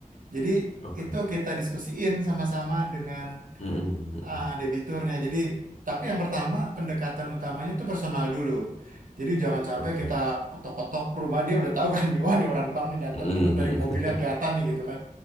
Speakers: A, on the right; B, on the left.
A: jadi
B: Oke.
A: itu kita diskusiin sama-sama dengan
B: Mm-mm. Mm-mm.
A: ah, debiturnya. Jadi, tapi yang pertama pendekatan utamanya itu personal dulu. Jadi jangan sampai
B: Oke.
A: kita ketok-ketok rumah dia udah tahu kan, <laughs> nih, wah nih orang bank nih datang
B: Mm-mm.
A: nih dari mobilnya
B: <laughs>
A: kelihatan nih gitu kan.